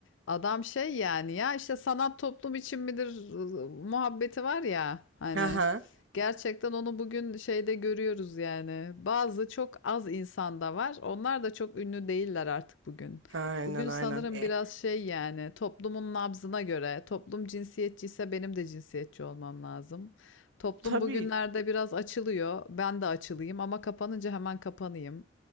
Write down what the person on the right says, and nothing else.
Aha.
Aynen
aynen.
E,
tabii